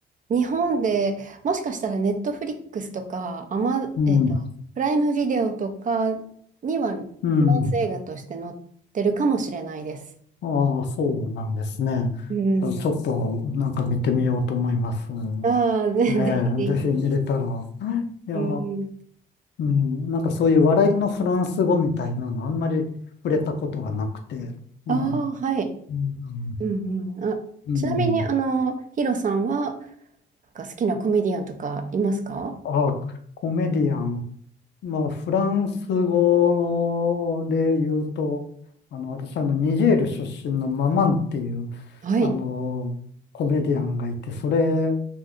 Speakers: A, on the right; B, on the left.
A: 日本でもしかしたらネットフリックスとか、アマ、
B: うん。
A: えっと、プライムビデオとかにはフランス映画として載ってるかもしれないです。
B: うん。ああ、そうなんですね。
A: うん。
B: あちょっとなんか見てみようと思います。ね
A: ああ、ぜぜひぜひ。
B: え、ぜひ見れたら。いや、
A: うん。
B: うん、なんかそういう笑いのフランス語みたいなのあんまり触れたことがなくて。ねえ
A: ああ、はい。
B: うん。
A: うんうん。あ、
B: うん。
A: ちなみに、あの、ヒロさんは、なんか好きなコメディアンとかいますか
B: あ、コメディアン。まあ、フランス語で言うと、あの、私、あの、ニジェール出身のママンっていう、
A: はい。
B: あの、コメディアンがいて、それ、